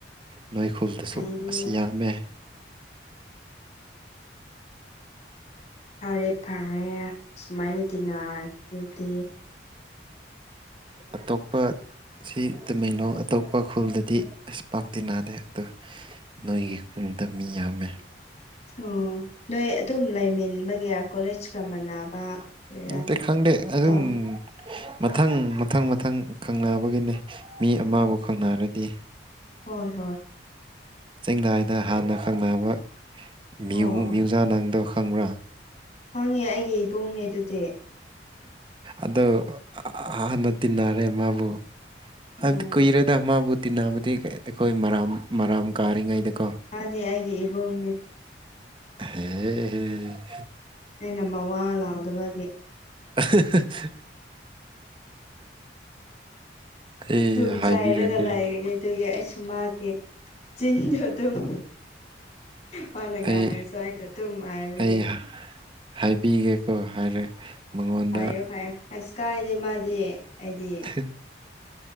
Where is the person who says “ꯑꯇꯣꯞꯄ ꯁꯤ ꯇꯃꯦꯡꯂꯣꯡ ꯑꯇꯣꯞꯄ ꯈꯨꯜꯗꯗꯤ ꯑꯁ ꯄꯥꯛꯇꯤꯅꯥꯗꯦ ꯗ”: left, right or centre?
Right